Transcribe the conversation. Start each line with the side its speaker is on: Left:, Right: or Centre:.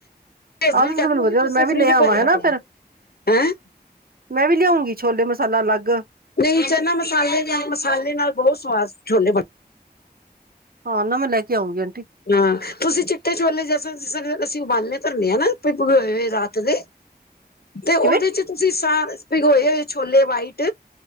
Right: ਆਹ
Left: ਮੀਨ
Right: ਤਾਂ
Left: ਕਹਿੰਦੇ
Right: ਮੈਨੂੰ
Left: ਮੰਮੀ
Right: ਵਧੀਆ
Left: ਤੁਸੀ ਤੇ
Right: ਮੈਂ ਵੀ
Left: ਫਰਿਜ
Right: ਲੈ ਆਵਾਂ
Left: ਭਰਿਆ
Right: ਹਨਾ
Left: ਪਿਆ
Right: ਫਿਰ
Left: ਐ। ਹੈਂ।
Right: ਮੈਂ ਵੀ ਲਿਆਉਂਗੀ ਛੋਲੇ ਮਸਾਲਾ ਅਲੱਗ।
Left: ਨਹੀਂ ਚਨਾ ਮਸਾਲੇ ਨਾਲ, ਮਸਾਲੇ ਨਾਲ ਬਹੁਤ ਸਵਾਦ ਛੋਲੇ ਬਣ
Right: ਹਾਂ ਨਾਂ ਮੈਂ ਲੈ ਕੇ ਆਉਗੀ ਆਂਟੀ।
Left: ਹਾਂ ਤੁਸੀਂ ਚਿੱਟੇ ਛੋਲੇ ਜੈਸੇ ਜਿਸ ਤਰਾਂ ਅਸੀਂ ਉਬਾਲਨੇ ਪਰਨੇ ਆ ਨਾ ਭੀਗੇ ਹੋਏ ਰਾਤ ਦੇ। ਤੇ ਉਹਦੇ
Right: ਕਿਵੇਂ
Left: ਚ ਤੁਸੀਂ ਸ ਭਿਗੋਏ ਹੋਏ ਛੋਲੇ ਵਾਈਟ